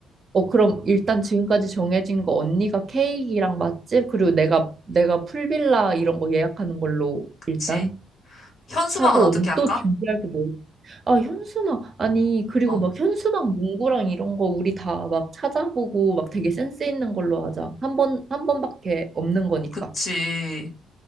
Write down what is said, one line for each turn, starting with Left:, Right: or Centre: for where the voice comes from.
Right: 어, 그럼 일단 지금까지 정해진 거 언니가 케이크랑 맛집 그리고 내가 내가 풀빌라 이런 거 예약하는 걸로
Left: 그치?
Right: 일단
Left: 현수막은
Right: 하고
Left: 어떻게
Right: 언니
Left: 할까?
Right: 또 준비할 거 뭐? 아, 현수막 아니 그리고
Left: 어,
Right: 막 현수막 문구랑 이런 거 우리 다 막 찾아보고 막 되게 센스 있는 걸로 하자. 한 번 한 번밖에 없는 거니까.
Left: 그치.